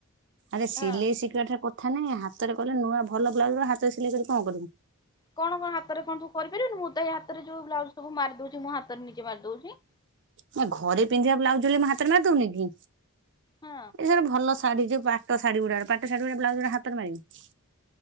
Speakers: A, on the right; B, on the left.
A: ଆରେ ସିଲେଇ
B: ହଁ।
A: ଶିଖିବାଠା ପ କଥା ନାଇଁ ହାତରେ କଲେ ନୂଆ ଭଲ ବ୍ଲାଉଜ୍ ରା ହାତରେ ସିଲେଇ କରିକି କଣ କରିବୁ?
B: କଣ କଣ ହାତରେ କଣ ତୁ କରିପାରିବୁନି ମୁଁ ତ ଏଇ ହାତରେ ଯୋଉ ବ୍ଲାଉଜ୍ ସବୁ ମାରିଦଉଛି ମୁ ହାତରେ ନିଜେ ମାରି ଦଉଛି।
A: ନା ଘରେ ପିନ୍ଧିବା ବ୍ଲାଉଜ୍ ଯଦି ମୁଁ ହାତରେ ମାରି ଦଉନି କି?
B: ହଁ
A: ଏ ଜଉଟା ଭଲ ଶାଢୀ ଯୋଉ ପାଟ ଶାଢୀ ଗୁଡା ପାଟ ଶାଢୀ ଗୁଡା ବ୍ଲାଉଜ୍ ଗୁଡା ହାତରେ ମାରିବି।